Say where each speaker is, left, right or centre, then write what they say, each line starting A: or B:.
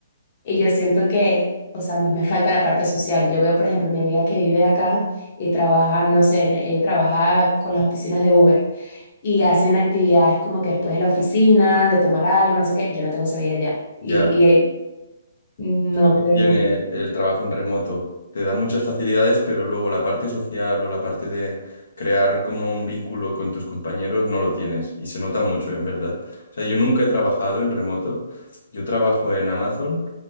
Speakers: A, on the left; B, on the left.
A: Y yo siento que, o sea, a mí me falta la parte social. Yo veo, por ejemplo, mi amiga que vive acá y trabaja, no sé, le- ella trabaja con las oficinas de Uber y hacen actividades como que después de la oficina, de tomar algo, no sé qué. Yo no tengo esa vida allá y,
B: Ya.
A: y eh, no
B: Es lo que
A: se
B: tiene
A: ve mucho.
B: el trabajo en remoto. Te da muchas facilidades, pero luego la parte social o la parte de crear como un vínculo con tus compañeros no lo tienes. Y se nota mucho, en verdad. O sea, yo nunca he trabajado en remoto. Yo trabajo en Amazon